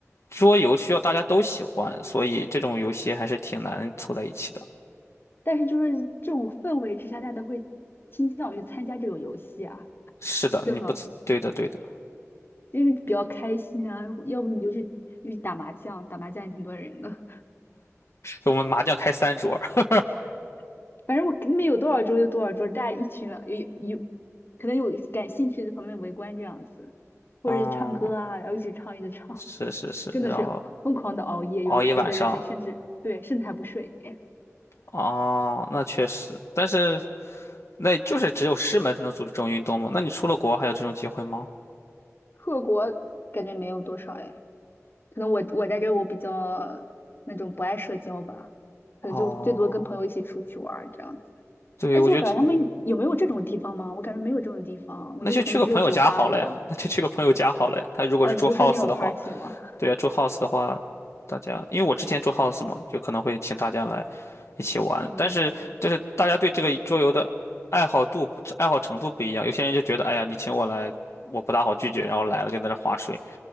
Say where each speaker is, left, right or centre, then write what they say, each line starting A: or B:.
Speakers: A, on the left; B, on the left.
A: 桌游需要大家都喜欢，所以这种游戏还是挺难凑在一起的。
B: <laughs> 但是就是这种氛围之下，大家都会倾向于参加这种游戏啊，
A: 是的，
B: 对吧？
A: 你不吃，对的，对的。
B: 因为比较开心啊，要不你就去去打麻将，打麻将也挺多人的。
A: 我们麻将开三桌儿，
B: <laughs> 反正我那边有多少桌就多少桌，大家一群人有有可能有感兴趣的旁边围观这样子，或者唱歌啊，
A: 哦，
B: 然后一直唱一直唱，
A: 是是是，
B: <laughs> 真的是疯狂的熬夜，
A: 然后熬一晚上，
B: 有有的人还甚至对甚至还不睡。
A: 哦，那确实，但是那就是只有师门才能组织这种运动吗？那你出了国还有这种机会吗？
B: <laughs> 克国感觉没有多少哎。可能我我在这儿我比较那种不爱社交吧，可能就最多跟朋友一起出去玩儿这样子。
A: 哦，对，
B: 而且我感觉他们有没有这种地方吗？
A: 我觉得这
B: 我感觉没有这种地方，我就可能只有酒吧那种。
A: 那就去个朋友家好了呀，那就去个朋友家好了呀。他如果是住
B: 哦，你就说那种
A: house 的话。
B: party 吗？
A: 对啊，住 house 的话，大家因为我之前住 house 嘛，就可能会请大家来一起玩，
B: <laughs> 嗯，
A: 但是就是大家对这个桌游的爱好度、爱好程度不一样，有些人就觉得，哎呀，你请我来，我不大好拒绝，然后来了就在那划水，